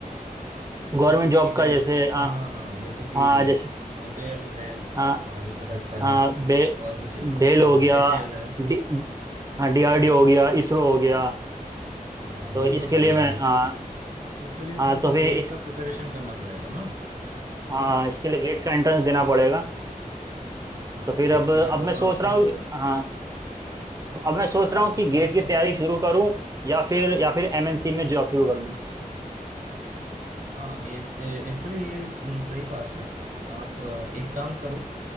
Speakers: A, on the right; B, on the right.
A: गवर्नमेंट
B: हाँ जैसे
A: जॉब
B: कि बेल
A: का जैसे अ,
B: हाँ हाँ जैसे कि
A: हाँ जैसे
B: बेल वेल
A: हाँ
B: हाँ इस टाइप का
A: हाँ
B: है
A: बे
B: और कुछ
A: बेल
B: हाँ
A: हो गया
B: एच एल है
A: डी हाँ डीआरडीओ हो गया इसरो हो गया
B: हाँ
A: तो
B: वो सब
A: इसके
B: बढ़िया
A: लिए मैं
B: है लेकिन
A: हाँ
B: इसके लिए
A: हाँ
B: तुम्हें तो
A: तो फिर
B: गेट का प्रिपरेशन करना पड़ेगा ना
A: हाँ इसके लिए गेट का एंट्रेंस देना पड़ेगा
B: हाँ
A: तो फिर
B: गेट
A: अब
B: क्लियर
A: अब
B: होगा
A: मैं सोच
B: फिर
A: रहा हूँ हाँ तो अब मैं सोच रहा
B: हाँ
A: हूँ
B: हाँ
A: कि गेट
B: बताओ
A: की तैयारी शुरू करूँ या फिर या फिर एमएनसी में जॉब शुरू कर दूँ
B: हाँ एक एक्चुअली ये सही बात है आप अ, एक काम करो